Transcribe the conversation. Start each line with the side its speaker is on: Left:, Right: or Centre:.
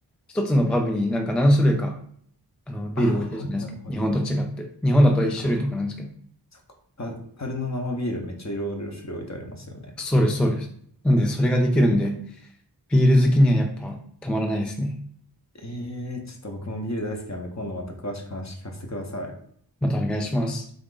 Centre: 一つのパブになんか何種類かあのビール置いてるじゃないですか。
Left: ああ、はいはいはいはい。
Centre: 日本と違って。日本だと一種類とかなんですけど。
Left: ああ、そっか。た樽の生ビールめっちゃいろいろ種類置いてありますよね。
Centre: そうです、そうです。なんでそれができるんで、ビール好きにはやっぱたまらないですね。
Left: ええちょっと僕もビール大好きなんで、今度また詳しく話聞かせてください。
Centre: またお願いします。